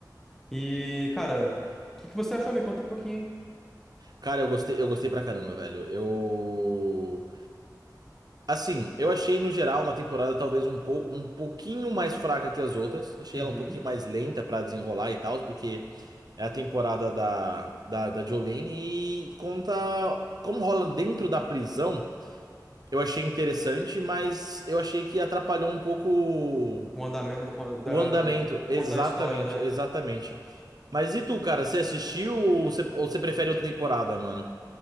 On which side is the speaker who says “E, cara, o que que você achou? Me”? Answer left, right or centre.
Centre